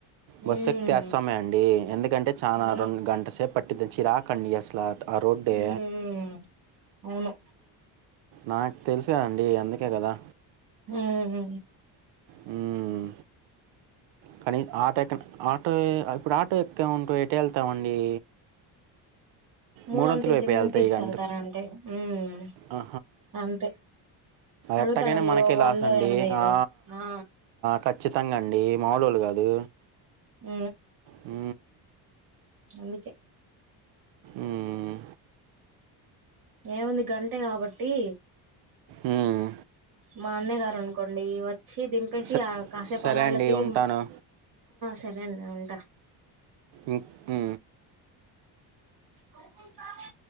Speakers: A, on the right; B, on the right.
A: బస్సు
B: ఉమ్
A: ఎక్కితే అస్సమే అండి ఎందుకంటే చాలా
B: అవును
A: రెండు గంట సేపు పట్టింది చాలా చిరాకు అసలు అ రోటే
B: ఉమ్ అవును
A: నాకు తెలిసా అండి అందుకే కదా
B: ఆ హు
A: హ్మ్. కానీ ఆటో ఎక్క ఆటో ఇప్పుడు ఆటో ఎక్క ఉంట ఎటు వెళ్తామండి
B: మూడొంతుల
A: మూడంతులు అయిపోయళ్తాయి
B: కింద తీసుకెళ్తారంటే
A: ఈ గంటకు
B: ఉమ్
A: అ
B: అంతే అడుగుతాడండి
A: ఎట్టకైనా మనకే
B: ఓ
A: లాస్
B: వందో
A: అండి
B: ఎనభైయో
A: ఆ ఆ
B: ఆ
A: ఖచ్చిత కచ్చితంగా మాములు వాలు కాదు
B: ఉ
A: ఉ
B: అందుకే
A: మ్మ్.
B: ఏముంది గంటే కాబట్టి
A: మ్మ్.
B: మా అన్నయ్య గారు అనుకోండి వచ్చి దింపేసి
A: స-
B: ఆ కాసేపు
A: సరే
B: అలా అలా
A: అండి
B: తీరీగీ
A: ఉంటాను
B: సరే అండి ఉంటా
A: ఉ ఉ హు
B: మంది బాగా